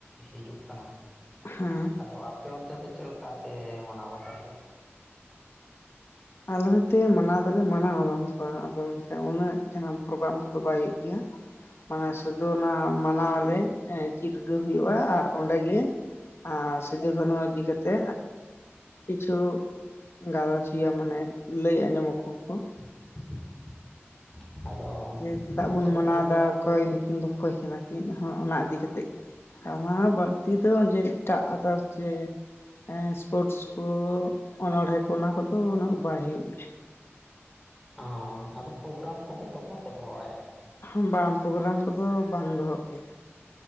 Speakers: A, in the centre; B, on the left (about 60°).
A: ᱦᱤᱡᱩᱜ ᱠᱟᱱᱟ
B: ᱦᱮᱸ
A: ᱟᱫᱚ ᱟᱯᱮ ᱚᱱᱛᱮ ᱫᱚ ᱪᱮᱫ ᱞᱮᱠᱟ ᱯᱮ ᱢᱟᱱᱟᱣ ᱵᱟᱛᱟᱣ ᱮᱫᱟ ᱟᱯᱮ?
B: ᱟᱞᱮ ᱱᱚᱛᱮ ᱢᱟᱱᱟᱣ ᱫᱚᱞᱮ ᱢᱟᱱᱟᱣᱟ ᱵᱟᱝ ᱫᱚ ᱵᱟᱝ ᱟᱫ ᱢᱮᱱᱠᱷᱟᱱ ᱩᱱᱟᱹᱜ ᱡᱟᱦᱟᱸ ᱯᱨᱳᱜᱨᱟᱢ ᱠᱚᱫᱚ ᱵᱟᱭ ᱦᱩᱭᱩᱜ ᱜᱮᱭᱟ? <unintelligible> ᱢᱟᱱᱮ ᱥᱩᱫᱷᱩ ᱚᱱᱟ ᱢᱟᱱᱟᱣ ᱟᱞᱮ ᱪᱤᱨᱩᱰᱟᱹᱣ ᱦᱩᱭᱩᱜᱼᱟ ᱟᱨ ᱚᱸᱰᱮ ᱜᱮ ᱟᱨ ᱥᱤᱫᱩ- ᱠᱟᱱᱦᱩ ᱤᱫᱤ ᱠᱟᱛᱮ ᱠᱤᱪᱩ ᱜᱟᱞᱚᱪ ᱤᱭᱟᱹ ᱢᱟᱱᱮ ᱞᱟᱹᱭ ᱟᱸᱡᱚᱢ ᱟᱠᱚ ᱟᱹᱨᱠᱤ᱾
A: <unintelligible> ᱟᱫᱚ
B: ᱡᱮ ᱪᱮᱫᱟᱜ
A: ᱚᱱᱛᱮ
B: ᱵᱚᱱ
A: ᱫᱚ
B: ᱢᱟᱱᱟᱣ
A: ᱯᱨᱳᱜᱨᱟᱢ
B: ᱮᱫᱟ? ᱚᱠᱚᱭ
A: ᱠᱚ ᱚ
B: ᱱᱩᱠᱤᱱ ᱫᱚ ᱚᱠᱚᱭ ᱠᱟᱱᱟᱠᱤᱱ ᱦᱚᱸ ᱚᱱᱟ ᱤᱫᱤ ᱠᱟᱛᱮᱫ ᱜᱮ ᱚᱱᱟ ᱵᱟᱹᱲᱛᱤ ᱫᱚ ᱡᱮ ᱮᱴᱟᱜ ᱟᱫᱚ ᱡᱮ ᱦᱮᱸ ᱤᱥᱯᱳᱨᱴᱥ ᱠᱚ ᱚᱱᱚᱬᱦᱮᱸ ᱠᱚ, ᱚᱱᱟ ᱠᱚᱫᱚ ᱩᱱᱟᱹᱜ ᱵᱟᱭ ᱦᱩᱭᱩᱜ ᱜᱮᱭᱟ᱾
A: ᱚ ᱟᱫᱚ ᱯᱨᱳᱜᱨᱟᱢ ᱠᱚᱯᱮ ᱫᱚ ᱵᱟᱯᱮ ᱫᱚᱦᱚ ᱵᱟᱲᱟᱭᱮᱫᱟ?
B: ᱦᱚᱸ ᱵᱟᱝ ᱯᱨᱳᱜᱨᱟᱢ ᱠᱚᱫᱚ ᱵᱟᱝ ᱫᱚᱦᱚᱜ ᱜᱮᱭᱟ᱾